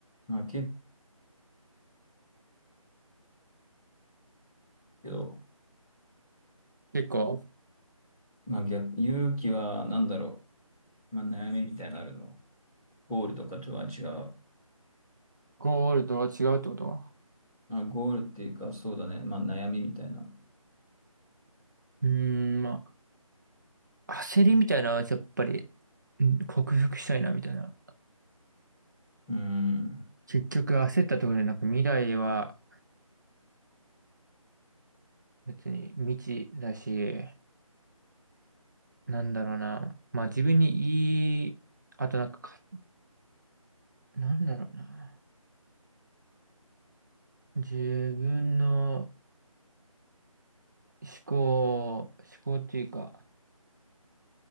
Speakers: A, in the centre; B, on the right.
A: まあ、けど、
B: 結構、
A: まあ逆、勇気は何だろう。まあ、悩みみたいなのあるの。ゴールとかとは違う。
B: ゴールドは違うってことは。
A: まあ、ゴールっていうか、そうだね。まあ、悩みみたいな。
B: うーん、まあ、焦りみたいなのはやっぱり、うん克服したいな、みたいな。
A: うーん。
B: 結局焦ったところで、なんか未来は別に未知だし、なんだろうな。まあ自分にいい、あとなんかか、なんだろうな。自分の思考、思考っていうか、